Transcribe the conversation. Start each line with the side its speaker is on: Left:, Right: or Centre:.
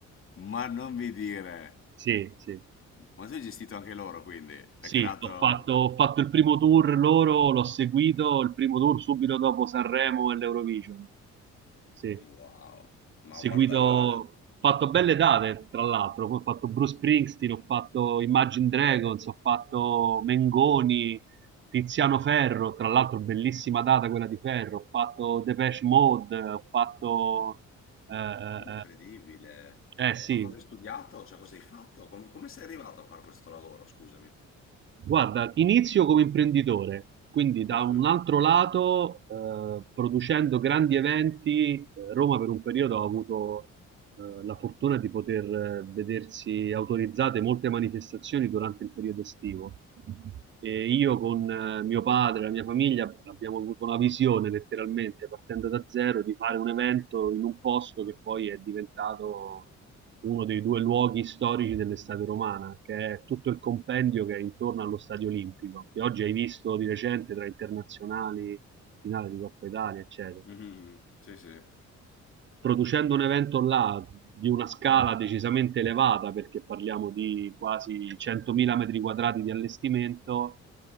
Left: Ma non mi dire.
Right: Sì, sì.
Left: Ma tu hai gestito anche loro, quindi
Right: Sì,
Left: hai creato...
Right: ho fatto, ho fatto il primo tour loro, l'ho seguito, il primo tour subito dopo Sanremo e l'Eurovision. Sì.
Left: Wow, ma
Right: seguito,
Left: guarda,
Right: ho fatto belle date, tra l'altro, poi ho fatto Bruce Springsteen, ho fatto Imagine Dragons, ho fatto Mengoni, Tiziano Ferro, tra l'altro bellissima data quella di Ferro, ho fatto Depeche Mode, ho fatto... eh, eh,
Left: incredibile.
Right: eh, eh, sì,
Left: Ma cosa hai studiato? Cioè, cosa hai fatto? Com- come sei arrivato a fare questo lavoro, scusami?
Right: Guarda, inizio come imprenditore, quindi da
Left: Ok.
Right: un altro lato, eh, producendo grandi eventi, eh, Roma per un periodo ha avuto eh, la fortuna di poter eh, vedersi autorizzate molte manifestazioni durante il periodo estivo. E io con eh, mio padre e la mia famiglia abbiamo avuto la visione, letteralmente, partendo da zero, di fare un evento in un posto che poi è diventato uno dei due luoghi storici dell'estate romana, che è tutto il compendio che è intorno allo Stadio Olimpico, che oggi hai visto di recente tra internazionali, finale di Coppa Italia, eccetera
Left: Mhm. Sì, sì.
Right: producendo un evento là di una scala decisamente elevata, perché parliamo di quasi 100.000 metri quadrati di allestimento,